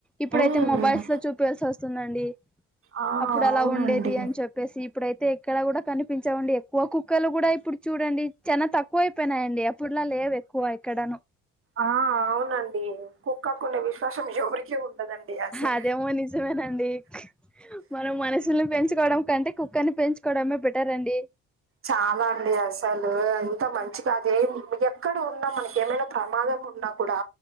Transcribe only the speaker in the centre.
ఇప్పుడైతే
మొబైస్తో చూపియాల్సి వస్తుందండి.
అప్పుడు అలా
ఉండేది అని చెప్పేసి ఇప్పుడైతే ఇక్కడ కూడా కనిపించవండి ఎక్కువ కుక్కలు కూడా ఇప్పుడు చూడండి చానా తక్కువైపోయినాయండి అప్పుడులా లేవు ఎక్కువ ఇక్కడను
అదేమో నిజమేనండి మనం మనుషుల్ని పెంచుకోవడం కంటే కుక్కన్నీ పెంచుకోవడమే బెటర్ అండి